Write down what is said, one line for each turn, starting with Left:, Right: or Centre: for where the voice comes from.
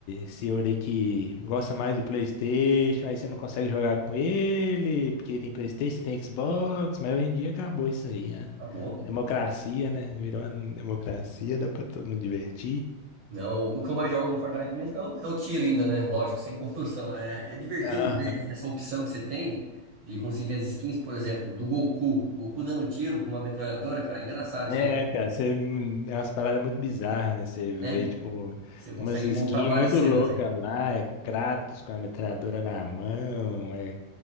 Left: seu ali que gosta mais do PlayStation, aí você não consegue jogar com ele, porque tem PlayStation, tem Xbox, mas hoje em dia acabou isso aí. A
Right: tá bom.
Left: democracia, né? Virou uma democracia, dá pra todo mundo divertir.
Right: Não, o que eu mais jogo no Fortnite mesmo é o, é o tiro ainda, né? Lógico, sem construção. É, é divertido
Left: Aham.
Right: ver essa opção que você tem de conseguir as skins, por exemplo, do Goku. Goku dando tiro com uma metralhadora, cara. É engraçado
Left: É,
Right: isso aí, né?
Left: cara, você, hum, é umas paradas muito bizarras, né? Você vê,
Right: Né?
Left: tipo,
Right: Você consegue
Left: umas skins
Right: montar várias
Left: muito
Right: cenas,
Left: loucas
Right: né?
Left: lá, é Kratos com a metralhadora na mão, é